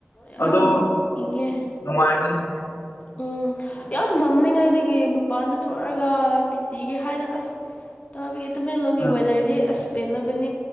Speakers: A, on the left (about 35°); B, on the left (about 80°).
A: ꯌꯥꯝ
B: ꯑꯗꯣ
A: ꯏꯪꯉꯦ
B: ꯅꯨꯡꯉꯥꯏꯕꯅꯤ
A: ꯎꯝ ꯌꯥꯝ ꯃꯝꯂꯤꯉꯥꯏꯗꯒꯤ ꯃꯄꯥꯟꯗ ꯊꯣꯛꯑꯒ ꯄꯤꯇꯤꯒꯦ ꯍꯥꯏꯅ ꯑꯁ ꯇꯥꯕꯒꯤ ꯇꯨꯃꯦꯡꯂꯣꯡꯒꯤ
B: ꯎꯝ
A: ꯋꯦꯗꯔꯗꯤ ꯑꯁ ꯄꯦꯜꯂꯕꯅꯤ